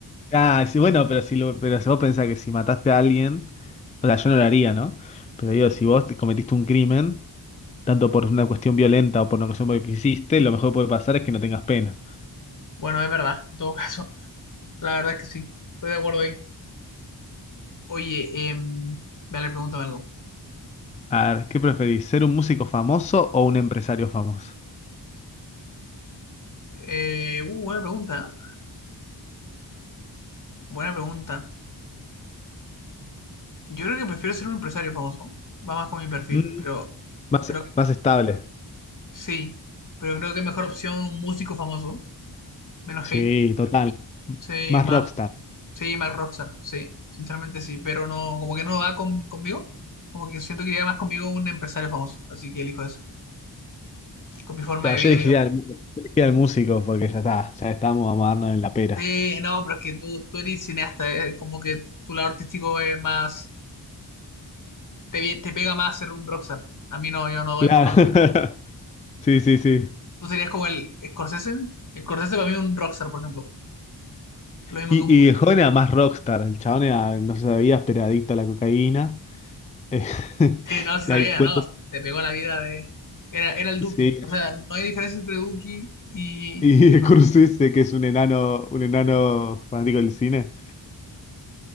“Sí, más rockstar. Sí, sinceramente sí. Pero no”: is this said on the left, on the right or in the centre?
Left